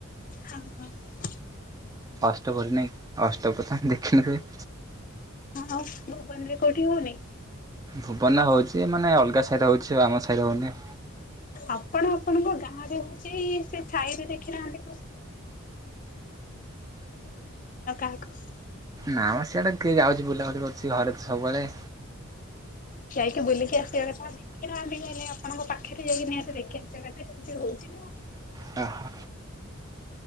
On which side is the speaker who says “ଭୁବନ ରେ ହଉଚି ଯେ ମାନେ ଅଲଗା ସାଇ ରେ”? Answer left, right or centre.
Right